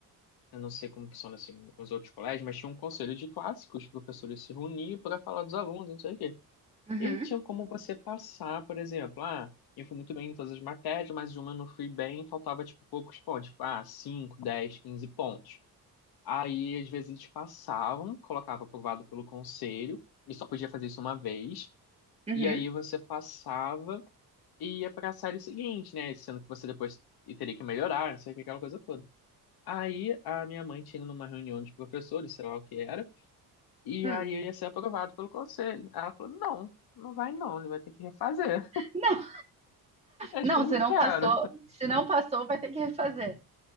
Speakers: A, on the left; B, on the right.
A: eu não sei como funciona, assim, os outros colégios, mas tinha um conselho de classe que os professores se reuniam para falar dos alunos, não sei o quê.
B: uhum,
A: E tinha como você passar, por exemplo, ah, eu fui muito bem em todas as matérias, mas uma eu não fui bem, faltava, tipo, poucos pontos, tipo, ah, 5, 10, 15 pontos. Aí, às vezes, eles passavam, colocava aprovado pelo conselho, e só podia fazer isso uma vez.
B: uhum.
A: E aí você passava e ia pra série seguinte, né? Sendo que você depois teria que melhorar, não sei o que, aquela coisa toda. Aí a minha mãe tinha ido numa reunião de professores, sei lá o que era, e
B: Hum.
A: aí eu ia ser aprovado pelo conselho. Ela falou: não, não vai não, ele vai ter que refazer.
B: Não,
A: <laughs> Eu,
B: não,
A: tipo, não
B: se não
A: quero.
B: passou, se não passou, vai ter que refazer.